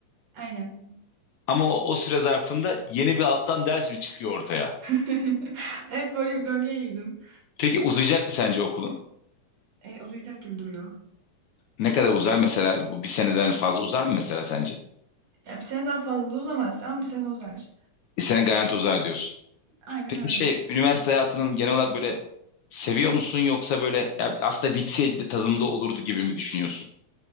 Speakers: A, on the right; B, on the left.
A: Aynen.
B: Ama o, o süre zarfında yeni bir alttan ders mi çıkıyor ortaya?
A: <laughs> Evet böyle bir döngüye girdim.
B: Peki uzayacak mı sence okulun?
A: Ee, uzayacak gibi duruyor.
B: Ne kadar uzar mesela? Bu bir seneden fazla uzar mı mesela sence?
A: Ya bir sene daha fazla da uzamaz ama bir sene uzar.
B: sene garanti uzar diyorsun.
A: Aynen
B: Peki
A: öyle.
B: şey üniversite hayatının genel olarak böyle seviyor musun yoksa böyle ya aslında bitseydi de tadında olurdu gibi mi düşünüyorsun?